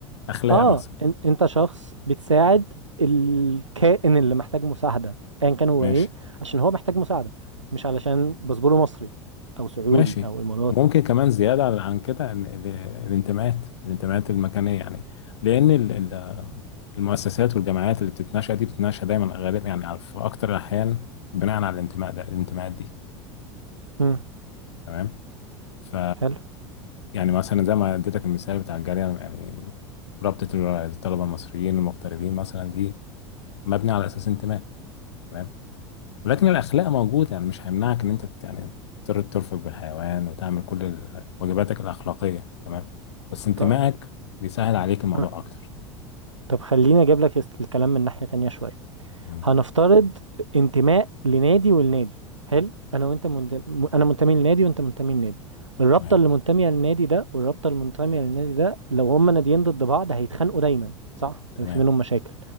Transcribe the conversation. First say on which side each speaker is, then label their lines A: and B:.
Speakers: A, on the left; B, on the right.
A: اخلاق
B: آه
A: مثلا
B: إن أنت شخص بتساعد الكائن اللي محتاج مساعدة أيا كان هو
A: ماشي
B: إيه عشان هو محتاج مساعدة مش علشان باسبوره مصري أو سعودي
A: ماشي
B: أو إماراتي
A: وممكن كمان زياده على- عن كده ال- ال- الانتماءات الانتماءات المكانيه يعني لان ال- ال- المؤسسات والجامعات اللي بتتناشى دي بتتناشى دايما غالبا يعني على- في اكتر الاحيان بناء على الانتماء ده الانتماءات دي
B: مم.
A: تمام ف
B: حلو
A: يعني مثلا زي ما اديتك المثال بتاع الجاليه يعني رابطه الطلبه المصريين المغتربين مثلا دي مبني على اساس انتماء تمام ولكن الأخلاق موجودة يعني مش هيمنعك إن أنت ت- يعني تر- ترفق بالحيوان وتعمل كل ال- واجباتك الأخلاقية تمام بس انتمائك
B: طب
A: بيسهل عليك الموضوع
B: آه.
A: أكتر
B: طب خليني اجيب لك است- الكلام من ناحية تانية شوية
A: مم.
B: هنفترض انتماء لنادي والنادي حلو انا وانت منتمي انا منتمي لنادي وانت منتمي لنادي الرابطة
A: تمام
B: اللي منتمية للنادي ده والرابطة اللي منتمية للنادي ده لو هما ناديين ضد بعض هيتخانقوا دايما صح
A: تمام
B: في منهم مشاكل